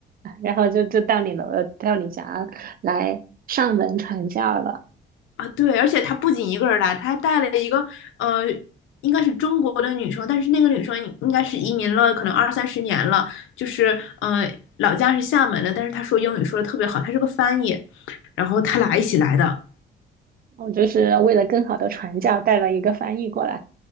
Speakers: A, on the right; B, on the left.
A: 然后就就到你楼到你家来上门传教了。
B: 啊，对，而且他不仅一个人来，他还带了一个呃，应该是中国的女生，但是那个女生应该是移民了，可能二三十年了，就是呃，老家是厦门的，但是她说英语说的特别好，她是个翻译，然后他俩一起来的，
A: 我就是为了更好的传教，带了一个翻译过来，